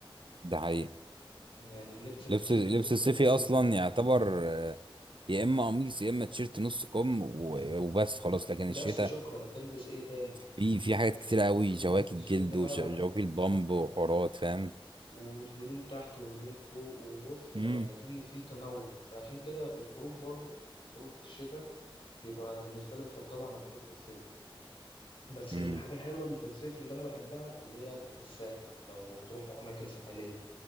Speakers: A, on the right; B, on the left.
A: ده حقيقي
B: يعني اللبس الشتوي
A: لبس لبس
B: بيبقى
A: الصيفي
B: جميل
A: اصلا يعتبر آه، يا اما قميص يا اما تيشيرت نص كم و- وبس خلاص لكن الشتاء
B: بس شكرا هتلبس إيه تاني
A: في في حاجات كتير قوي جواكت
B: الشتاء
A: جلد
B: بقى
A: وجواكت بامب وحورات فاهم
B: وهدوم تحت وهدوم فوق وبص يعني
A: امم
B: في في تنوع فعشان كده الخروج بره الخروج في الشتاء بيبقى انا بالنسبه لي بفضله عن الخروج في الصيف بس
A: امم
B: الحاجه الحلوه اللي في الصيف اللي انا بحبها اللي هي الساحل لو هتروحوا اماكن ساحليه